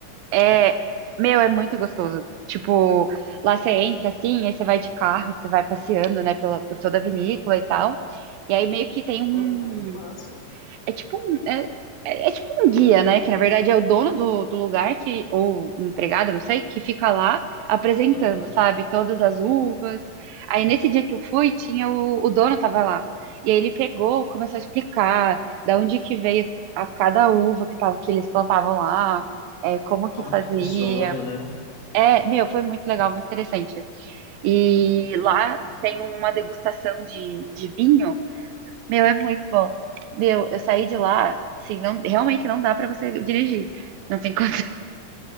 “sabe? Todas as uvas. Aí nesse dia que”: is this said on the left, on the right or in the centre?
Right